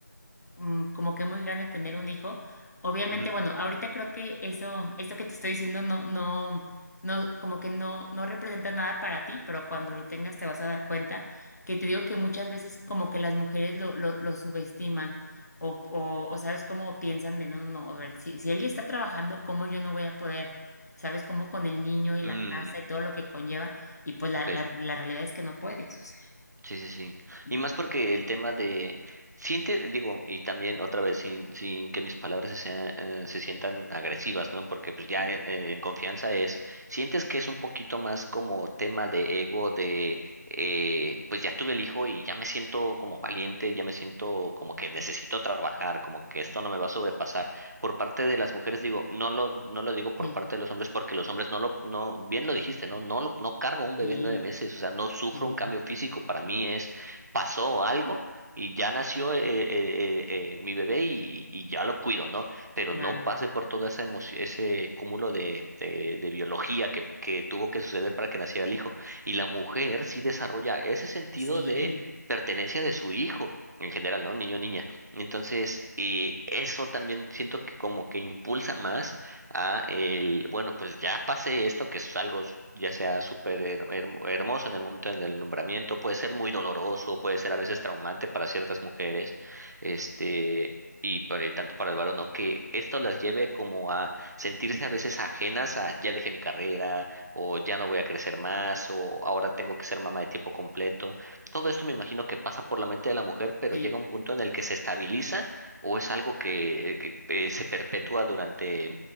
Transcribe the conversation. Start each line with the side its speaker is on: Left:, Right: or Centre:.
Left: mm, como que muy grande tener un hijo. Obviamente,
Right: Ujú.
Left: bueno, ahorita creo que eso, esto que te estoy diciendo no, no, no, como que no, no representa nada para ti, pero cuando lo tengas te vas a dar cuenta que te digo que muchas veces como que las mujeres lo, lo, lo subestiman o, o, o sabes cómo piensan de no, no, no, a ver, si, si él ya está trabajando, ¿cómo yo no voy a poder? ¿Sabes? Como con el niño y la
Right: Mm,
Left: casa y todo lo que conlleva, y pues la,
Right: ok.
Left: la, la realidad es que no puedes, o sea,
Right: Sí, sí, sí.
Left: ¿no?
Right: Y más porque el tema de siente, digo, y también otra vez sin sin que mis palabras se sea- eh, se sientan agresivas, ¿no? Porque pues ya
Left: Sí,
Right: eh, en confianza es sientes que es un poquito más como tema de ego de eh, pues ya tuve el hijo y ya me siento como valiente, ya me siento como que necesito trabajar, como que esto no me va a sobrepasar por parte de las mujeres, digo, no lo, no lo digo por
Left: sí,
Right: parte de los hombres porque los hombres no lo, no, bien lo dijiste, ¿no? No lo, no cargo un bebé
Left: sí,
Right: en nueve meses, o sea, no sufro
Left: sí,
Right: un cambio físico, para mí es, pasó algo y ya nació eh, eh, eh, eh, mi bebé y, y ya lo cuido, ¿no? Pero
Left: claro.
Right: no pase por toda esa emoción, ese cúmulo de, de, de biología que, que tuvo que suceder para que naciera el hijo. Y la mujer sí desarrolla ese sentido
Left: Sí,
Right: de pertenencia de su hijo en general, ¿no? Niño, niña. Entonces, y eso también siento que como que impulsa más a el, bueno, pues ya pase esto, que es algo s- ya sea súper her- hermo- hermoso en el momento del nombramiento, puede ser muy doloroso, puede ser a veces traumante para ciertas mujeres, este, y por el tanto para el varón, o que esto las lleve como a sentirse a veces ajenas a ya dejé mi carrera, o ya no voy a crecer más, o ahora tengo que ser mamá de tiempo completo. Todo esto me imagino que pasa por la mente de la mujer, pero
Left: sí.
Right: llega un punto en el que se estabiliza o es algo que, que, eh, se perpetúa durante